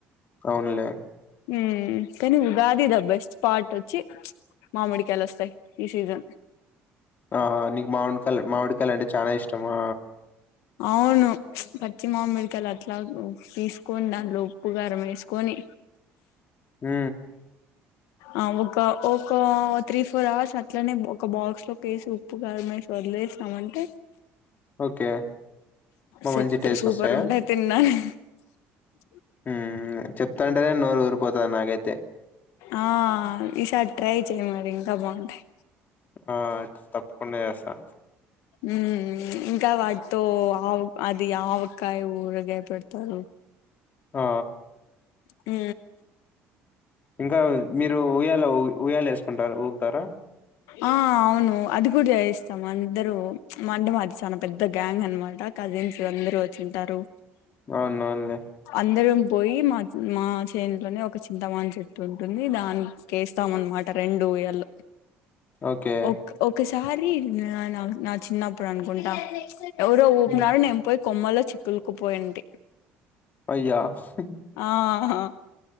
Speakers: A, on the left; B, on the left.
A: అవునులే
B: ఉమ్ కానీ ఉగాది ఇదా బెస్ట్ స్పాట్ వచ్చి మామిడికాయలొస్తాయి ఈ సీజన్
A: ఆహా నీకు మామిడికాయ మామిడికాయలు అంటే చాలా ఇష్టమా
B: అవును పచ్చచి మామిడికాయల్ అట్లా తీసుకొని దానిట్లో ఉప్పు గారం వేసుకొని
A: మ్
B: ఆ ఒక ఒక త్రీ ఫోర్ అవర్స్ అట్లనే ఒక బాక్స్ లో వేసి ఉప్పు కారం ఏసి వదిలేసామంటే
A: ఓకే బా
B: సెట్
A: మంచి టేస్ట్
B: సూపర్
A: వస్తాయా
B: <unintelligible>
A: మ్ మ్ చెప్తాంటేనే నోరూర్ పోతా ఉంది నాగైతే
B: ఆ ఆ ఈసారి ట్రై చేయ్ మరి ఇంకా బాగుంటాయి
A: ఆ తప్ కుండ చేస్తాను
B: ఉ ఇంకా వాటితో హౌ అది ఆవకాయ ఊరగాయ పెడతారు
A: ఆ
B: హ
A: ఇంకా మీరు ఉయ్యాలఊ ఉయాల వేసుకుంటారు ఊగుతారా
B: ఆ అవును అది కూడా చేయిస్తాం అందరూ మండం అది చాలా పెద్ద గ్యాంగ్ అనమాట కజిన్స్ అందరు వచ్చింటారు
A: అవునవునులే.
B: అందరం పోయి మా మా చేనులోనే ఒక చింతమాన్ చెట్టు ఉంటుంది దానికి కేస్తాంమమాట రెండు ఊయల్
A: ఓకే.
B: ఒక్ ఒకసారి నా నా చిన్నప్పుడు అనుకుంటా ఎవరు ఊప్పునడు
A: హ్మ్.
B: నెంపకి కొమ్మల చిక్కులుకుపోయిడి
A: ప్రై యాప్స్
B: ఆహా